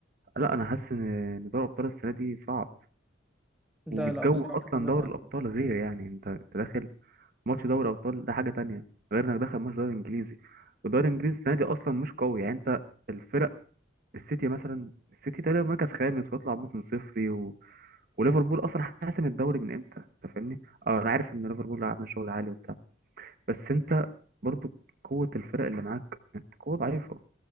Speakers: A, on the right; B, in the centre.
A: لا انا حاسس ان إن دوري الابطال السنة دي صعب
B: لا
A: والجو
B: لا بصراحه
A: اصلا
B: انا
A: دوري الابطال غير يعني انت انت داخل ماتش دوري ابطال ده حاجه تانية غير انك داخل ماتش دوري انجليزي والدوري الانجليزي السنه دي اصلا مش قوي يعني انت الفرق السيتي مثلا السيتي تقريبا مركز خامس ويطلع موسم صفري و... وليفربول اصلا حاسم الدوري من امتى انت فاهمني اه انا عارف ان ليفربول عامل شغل عالي وبتاع بس انت برضو قوه الفرق اللي معاك انت قوه ضعيفه